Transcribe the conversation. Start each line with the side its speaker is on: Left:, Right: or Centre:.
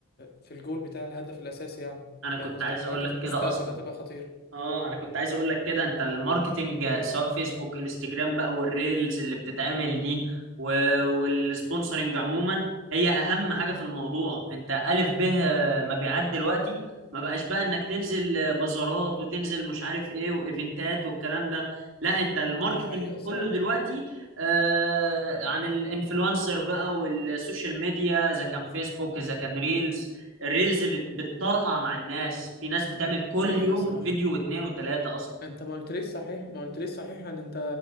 Left: في الجول بتاع الهدف الاساسي يعني
Right: انا
Left: فاهم
Right: كنت
Left: قصدي
Right: عايز اقول
Left: حاجة
Right: لك
Left: في المستقبل
Right: كده اصلا
Left: هتبقى خطيرة
Right: اه انا كنت عايز
Left: اه
Right: اقول لك كده انت الماركتينج سواء فيسبوك انستجرام بقى والريلز اللي بتتعمل دي و... والسبونسرنج عموما هي اهم حاجة في الموضوع انت الف به مبيعات دلوقتي ما بقاش بقى انك تنزل بازارات وتنزل مش عارف ايه وايفنتات والكلام ده لا انت الماركتينج
Left: دي حقيقة الصراحة
Right: كله دلوقتي آه عن الانفلونسر بقى والسوشيال ميديا اذا كان فيسبوك اذا كان ريلز الريلز بت- بتطرقع مع الناس في ناس بتعمل كل
Left: دي حقيقة
Right: يوم
Left: الصراحة
Right: فيديو واتنين وتلاتة اصلا
Left: انت ما قلتليش صحيح ما قلتليش صحيح يعني انت